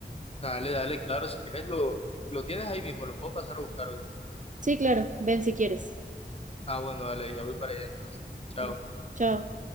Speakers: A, on the left; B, on the right.
A: Dale, dale, claro, si quieres lo, lo tienes ahí mismo, lo puedo pasar a buscar hoy.
B: Sí, claro, ven si quieres.
A: Ah, bueno, dale, ya voy para allá entonces. Chao.
B: Bueno, Chao.